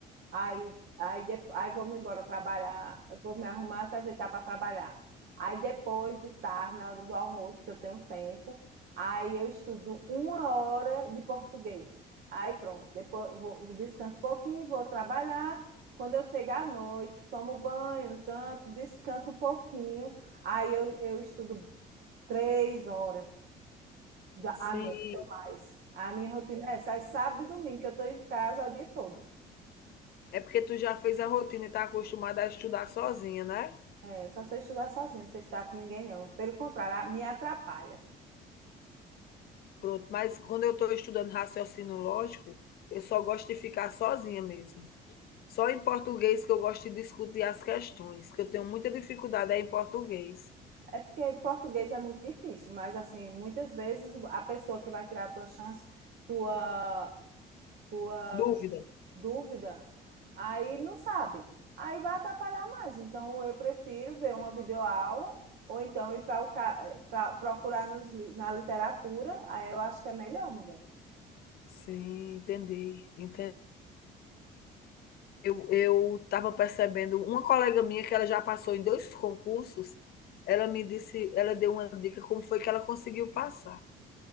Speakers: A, on the right; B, on the left.
A: Aí, aí, de, aí vamos embora trabalhar, eu vou me arrumar, se ajeitar para trabalhar. Aí depois de tarde, na hora do almoço, que eu tenho tempo, aí eu estudo uma hora de português. Aí pronto, depois eu vou, descanso um pouquinho, vou trabalhar. Quando eu chegar à noite, tomo banho, janto, descanso um pouquinho. Aí eu, eu estudo três horas da,
B: sim.
A: à noite. A minha rotina é essa, é sábado e domingo, que eu estou em casa o dia todo.
B: É porque tu já fez a rotina e está acostumada a estudar sozinha, né?
A: É, eu só sei estudar sozinho, não sei estudar com ninguém, não. Pelo contrário, a- me atrapalha.
B: Pronto, mas quando eu estou estudando raciocínio lógico, eu só gosto de ficar sozinha mesmo. Só em português que eu gosto de discutir as questões, que eu tenho muita dificuldade é em português.
A: É porque português é muito difícil, mas, assim, muitas vezes a pessoa que vai tirar a tua chance, tua, tua
B: Dúvida.
A: dúvida, aí não sabe. Aí vai atrapalhar mais. Então, eu prefiro ver uma videoaula ou então ir para o ca- pra- procurar nos, li- na literatura. Aí eu acho que é melhor, mulher.
B: Sim, entendi, entendi. Eu eu estava percebendo uma colega minha que ela já passou em 2 concursos, ela me disse ela deu uma dica como foi que ela conseguiu passar,